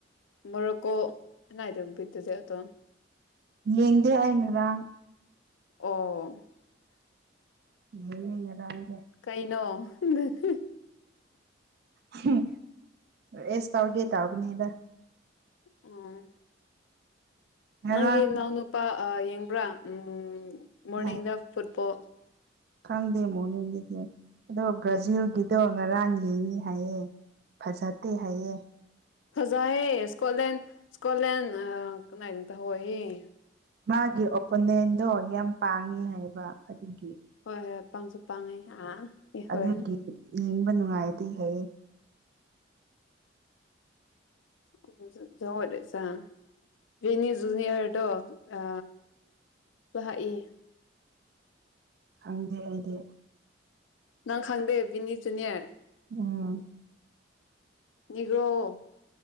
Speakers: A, on the left; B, on the right.
A: ꯃꯣꯔꯣꯀꯣ ꯑꯦꯅꯥ ꯍꯥꯏꯗ ꯠꯇꯗꯤꯦ ꯑꯇꯣ
B: ꯌꯦꯒꯦꯏꯉꯗ
A: ꯑꯣ
B: ꯌꯦꯡ ꯌꯦꯉꯗꯥꯥꯏ
A: ꯀꯩꯅꯣ ꯅꯠꯊꯦ
B: ꯍꯝ ꯑꯦꯁ ꯇꯧꯒꯦ ꯇꯥꯎꯕꯅꯤꯗ
A: ꯑꯪ
B: ꯉꯔꯥꯡ
A: ꯅꯪꯒꯤ ꯅꯥꯎꯅꯨꯄꯥ ꯑ ꯌꯦꯡꯕ꯭ꯔꯥ ꯎꯝ ꯃꯣꯔꯅꯤꯡ
B: ꯍꯥꯏ
A: ꯗ ꯐꯨꯠꯕꯣꯜ
B: ꯈꯪꯗꯦ ꯃꯣꯔꯅꯤꯡꯒꯤꯗꯤ ꯑꯗꯣ ꯕ꯭ꯔꯥꯖꯤꯜꯒꯤꯗꯣ ꯉꯔꯥꯡ ꯌꯦꯡꯉꯤ ꯍꯥꯏꯌꯦ ꯐꯖꯠꯇꯦ ꯍꯥꯏꯌꯦ
A: ꯐꯖꯌꯦ ꯏꯁꯀꯣꯠꯂꯦꯟ ꯏꯁꯀꯣꯠꯂꯦꯟ ꯑ ꯀꯃꯥꯏꯅ ꯇꯧꯍꯦꯌꯦ
B: ꯃꯥꯒꯤ ꯑꯣꯄꯣꯅꯦꯟꯗꯣ ꯌꯥꯝ ꯄꯥꯡꯉꯤ ꯍꯥꯏꯕ ꯑꯗꯨꯒꯤ
A: ꯍꯣꯏ ꯍꯣꯏ ꯄꯥꯡꯁꯨ ꯄꯥꯡꯉꯦ ꯑꯥ <unintelligible> ꯍꯣꯏ
B: ꯑꯗꯨꯒꯤ ꯌꯦꯡꯕ ꯅꯨꯡꯉꯥꯏꯇꯦ ꯍꯥꯏꯌꯦ
A: <unintelligible> ꯖꯨꯅꯤꯌꯔꯗꯣ ꯑ ꯂꯍꯥꯛꯏ
B: ꯈꯪꯗꯦ ꯑꯩꯗꯤ
A: ꯅꯪ ꯈꯪꯗꯦ ꯕꯤꯅꯤꯆꯨꯅꯌꯔ
B: ꯎꯝ
A: ꯅꯦꯒꯔꯣ